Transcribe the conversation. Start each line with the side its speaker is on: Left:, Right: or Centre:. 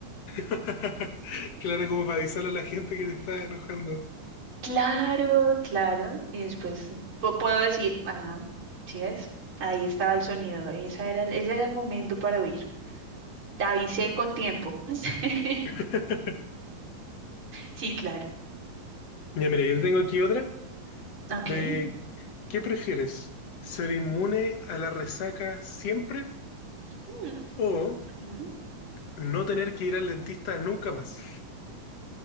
Left: <laughs> Claro, como para avisarle a la gente que te está enojando.
Right: Claro, claro. Y después pu- puedo decir, ah, ¿sí ves? Ahí estaba el sonido, ese era el, ese era el momento para huir. Te avisé con tiempo. <laughs>
Left: <laughs>
Right: Sí, claro.
Left: Ya, mira, yo tengo aquí otra
Right: Ok.
Left: de ¿qué prefieres? ¿Ser inmune a la resaca siempre
Right: Mm,
Left: o
Right: ujú.
Left: no tener que ir al dentista nunca más?